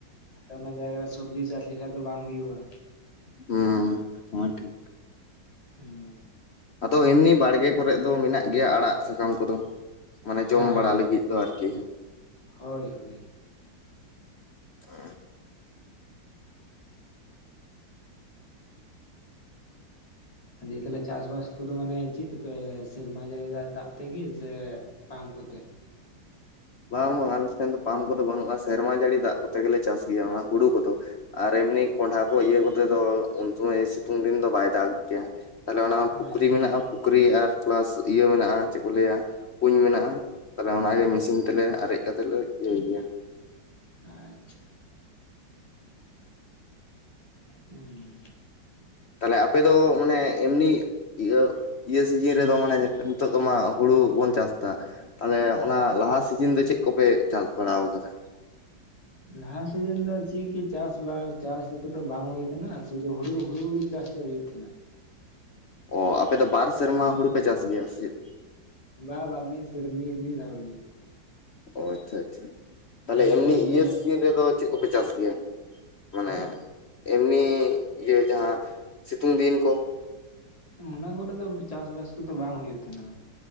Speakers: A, on the left; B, on the left.
A: ᱛᱮ ᱚᱱᱟ ᱡᱟᱭᱜᱟ ᱨᱮ ᱥᱚᱵᱽᱡᱤ ᱪᱟᱥ ᱞᱮᱠᱷᱟᱡ ᱫᱚ ᱵᱟᱝ ᱦᱩᱭᱩᱜᱼᱟ
B: ᱦᱩᱸ <unintelligible> ᱴᱷᱤᱠ
A: ᱦᱩᱸ
B: ᱟᱫᱚ ᱮᱢᱱᱤ ᱵᱟᱲᱜᱮ ᱠᱚᱨᱮᱜ ᱫᱚ ᱢᱮᱱᱟᱜ ᱜᱮᱭᱟ ᱟᱲᱟᱜ ᱥᱟᱠᱟᱢ ᱠᱚᱫᱚ ᱢᱟᱱᱮ ᱡᱚᱢ
A: ᱦᱳᱭ
B: ᱵᱟᱲᱟ ᱞᱟᱹᱜᱤᱫ ᱫᱚ ᱟᱨᱠᱤ
A: ᱦᱳᱭ ᱦᱳᱭ
B: ᱚ
A: ᱫᱤᱭᱟᱹ ᱛᱟᱦᱞᱮ ᱪᱟᱥᱵᱟᱥ ᱠᱚᱫᱚ ᱢᱟᱱᱮ ᱪᱮᱫ ᱛᱮᱯᱮ ᱥᱮᱨᱢᱟ ᱡᱟᱹᱲᱤ ᱫᱟᱜ ᱫᱟᱜ ᱛᱮᱜᱮ ᱥᱮ ᱯᱟᱢ ᱠᱚᱛᱮ
B: ᱵᱟᱝ ᱵᱟᱝ ᱟᱞᱮ ᱴᱷᱮᱱ ᱫᱚ ᱯᱟᱢ ᱠᱚᱫᱚ ᱵᱟᱹᱱᱩᱜᱼᱟ ᱥᱮᱨᱢᱟ ᱡᱟᱹᱲᱤ ᱫᱟᱜ ᱠᱚᱛᱮ ᱜᱮᱞᱮ ᱪᱟᱥ ᱜᱮᱭᱟ ᱚᱱᱟ ᱦᱩᱲᱩ ᱠᱚᱫᱚ ᱟᱨ ᱮᱢᱱᱤ ᱠᱚᱸᱰᱷᱟ ᱠᱚ ᱤᱭᱟᱹ ᱠᱚᱛᱮ ᱫᱚ ᱩᱱ ᱥᱚᱢᱚᱭ ᱥᱤᱛᱩᱝ ᱫᱤᱱ ᱫᱚ ᱵᱟᱭ ᱫᱟᱜ ᱜᱮᱭᱟ ᱛᱟᱦᱞᱮ ᱚᱱᱟ
A: ᱟᱪᱪᱷᱟ
B: ᱯᱩᱠᱷᱨᱤ ᱢᱮᱱᱟᱜᱼᱟ ᱯᱩᱠᱷᱨᱤ ᱟᱨ ᱯᱞᱟᱥ ᱤᱭᱟᱹ ᱢᱮᱱᱟᱜᱼᱟ ᱪᱮᱜ ᱠᱚ ᱞᱟᱹᱭᱟ ᱠᱩᱧ ᱢᱮᱱᱟᱜᱼᱟ ᱛᱟᱦᱞᱮ ᱚᱱᱟᱜᱮ ᱢᱮᱥᱤᱱ ᱛᱮᱞᱮ ᱟᱨᱮᱡ ᱠᱟᱛᱮ ᱞᱮ ᱤᱭᱟᱹ ᱜᱮᱭᱟ
A: ᱟᱪᱪᱷᱟ ᱦᱩᱸ ᱦᱩᱸ
B: ᱛᱟᱦᱞᱮ ᱟᱯᱮ ᱫᱚ ᱢᱟᱱᱮ ᱮᱢᱱᱤ ᱤᱭᱟᱹ ᱤᱭᱟᱹ ᱥᱤᱡᱤᱱ ᱨᱮᱫᱚ ᱢᱟᱱᱮ ᱱᱤᱛᱚᱜ ᱫᱚ ᱢᱟ ᱦᱩᱲᱩ ᱵᱚᱱ ᱪᱟᱥ ᱮᱫᱟ ᱛᱟᱦᱚᱞᱮ ᱚᱱᱟ ᱞᱟᱦᱟ ᱥᱤᱡᱤᱱ ᱫᱚ ᱪᱮᱫ ᱠᱚᱯᱮ ᱪᱟᱥ ᱵᱟᱲᱟ ᱟᱠᱟᱫᱟ
A: ᱞᱟᱦᱟ ᱥᱤᱡᱤᱱ ᱫᱚ ᱪᱤᱫ ᱜᱮ ᱪᱟᱥ ᱵᱟᱥ ᱪᱟᱥ ᱠᱚᱫᱚ ᱵᱟᱝ ᱦᱩᱭ ᱠᱟᱱᱟ ᱥᱩᱫᱩ ᱦᱩᱲᱩ ᱦᱩᱭᱩ ᱜᱮ ᱪᱟᱥ ᱫᱚ ᱦᱩᱭᱩᱜ ᱛᱟᱦᱮᱱᱟ
B: ᱚ ᱟᱯᱮ ᱫᱚ ᱵᱟᱨ ᱥᱮᱨᱢᱟ ᱦᱩᱲᱩ ᱯᱮ ᱪᱟᱥ ᱜᱮᱭᱟ ᱥᱮ ᱪᱮᱫ
A: ᱵᱟ ᱵᱟ <unintelligible> <unintelligible> ᱢᱤᱫ ᱫᱷᱟᱣ ᱜᱮ
B: ᱚ ᱟᱪᱪᱷᱟ ᱟᱪᱪᱷᱟ ᱛᱟᱦᱞᱮ
A: ᱢᱟᱱᱮ
B: ᱮᱢᱱᱤ
A: ᱱᱚᱜᱼᱚᱭ ᱱᱤᱭᱟᱹ
B: ᱤᱭᱟᱹ ᱥᱤᱡᱤᱱ ᱨᱮᱫᱚ ᱪᱮᱜ ᱠᱚᱯᱮ ᱪᱟᱥ ᱜᱮᱭᱟ ᱢᱟᱱᱮ
A: ᱦᱮᱸ
B: ᱮᱢᱱᱤ ᱤᱭᱟᱹ ᱡᱟᱦᱟᱸ ᱥᱤᱛᱩᱝ ᱫᱤᱱ ᱠᱚ
A: ᱚᱱᱟ ᱠᱚᱨᱮ ᱫᱚ ᱪᱟᱥᱵᱟᱥ ᱠᱚᱫᱚ ᱵᱟᱝ ᱦᱩᱭᱩᱜ ᱛᱟᱦᱮᱱᱟ